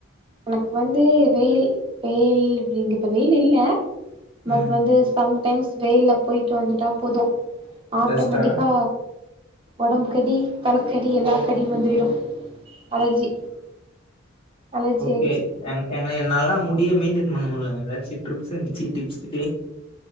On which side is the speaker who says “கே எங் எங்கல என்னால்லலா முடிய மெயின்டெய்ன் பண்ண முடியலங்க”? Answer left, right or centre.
Left